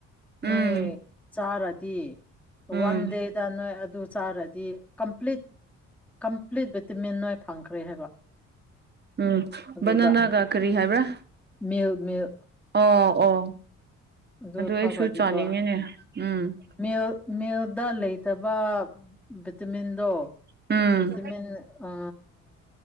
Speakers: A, on the right; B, in the centre.
A: ꯎꯝ
B: ꯅꯣꯏ ꯆꯥꯔꯗꯤ
A: ꯎꯝ
B: ꯋꯥꯟ ꯗꯦꯗ ꯅꯣꯏ ꯑꯗꯨ ꯆꯔꯗꯤ ꯀꯝꯄ꯭ꯂꯤꯠ ꯀꯝꯄ꯭ꯂꯤꯠ ꯚꯤꯇꯃꯤꯟ ꯅꯣꯏ ꯐꯪꯈ꯭ꯔꯦ ꯍꯥꯏꯕ
A: ꯎꯝ
B: ꯑꯗꯨꯗ
A: ꯕꯅꯅꯥꯒꯥ ꯀꯔꯤ ꯍꯥꯏꯕ꯭ꯔꯥ
B: ꯃꯤꯜ ꯃꯤꯜ
A: ꯑꯣ ꯑꯣ
B: ꯑꯗꯨ ꯊꯥꯎ꯭ꯔꯗꯤꯀꯣ
A: ꯑꯩꯁꯨ ꯆꯥꯅꯤꯡꯉꯤꯅꯦ ꯎꯝ
B: ꯃꯤꯜ ꯃꯤꯜꯗ ꯂꯩꯇꯕ ꯚꯤꯇꯃꯤꯟꯗꯣ
A: ꯎꯝ
B: ꯚꯤꯇꯃꯤꯟ ꯑ